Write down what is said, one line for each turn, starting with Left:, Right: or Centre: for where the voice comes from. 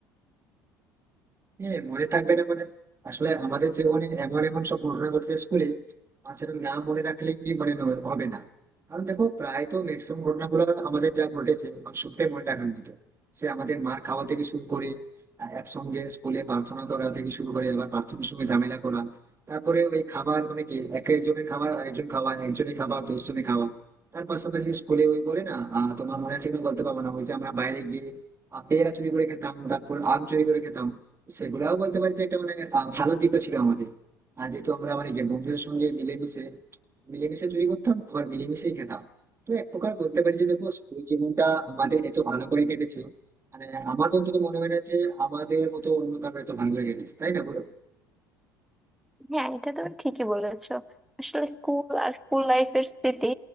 Right: হ্যাঁ মনে থাকবে না মানে আসলে আমাদের জীবনে এমন এমন সব ঘটনা ঘটছে স্কুলে আর সেটা না মনে রাখলেই মানে ন- হবে না কারণ দেখো প্রায় তো ম্যাক্সিমাম ঘটনাগুলো আমাদের যা ঘটেছে মানে সবটাই মনে রাখার মতো সে আমাদের মার খাওয়া থেকে শুরু করে আহ, একসঙ্গে স্কুলে প্রার্থনা করা থেকে শুরু করে আবার প্রার্থনার সময় ঝামেলা করা তারপরে ওই খাবার মানে কি এক একজনের খাবার আরেকজন খাওয়া একজনের খাবার দশজনের খাওয়া তার পাশাপাশি স্কুলে ওই বলে না আহ, তোমার মনে আছে কিনা বলতে পারবো না ওই যে আমরা বাইরে গিয়ে আহ, পেয়ারা চুরি করে খেতাম তারপর আম চুরি করে খেতাম সেগুলাও বলতে পারি যে একটা মানে আহ, ভালো দিকও ছিল আমাদের আর যেহেতু আমরা মানে কি বন্ধুদের সঙ্গে মিলেমিশে মিলেমিশে চুরি করতাম আবার মিলেমিশেই খেতাম তো এক প্রকার বলতে পারি যে দেখো স্কুল জীবনটা আমাদের এত ভালো করে কেটেছে মানে আমার তো অন্তত মনে হয় না যে আমাদের মতো অন্য কারো এত ভালো করে কেটেছে তাই না বলো
Centre: হ্যাঁ এটা তুমি ঠিকই বলেছো আসলে স্কুল আর স্কুল লাইফের স্মৃতি